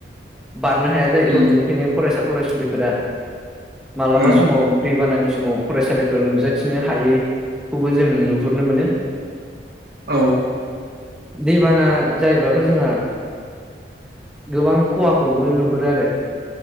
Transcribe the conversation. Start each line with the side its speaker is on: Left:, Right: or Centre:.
Centre: बारनो हाया जायोथ'
Right: उम
Centre: बेनिखायनो फरायसा फरायसुलिफोरा मालाबा
Right: उम
Centre: समाव दै बानानि समाव फरायसालिफ्राव नुजाथिनो हायै खौबो जों नुहुरनो मोनो।
Right: औ
Centre: दैबाना जायोबाथ' जोंहा गोबां खहाखौबो नुहुरो आरो।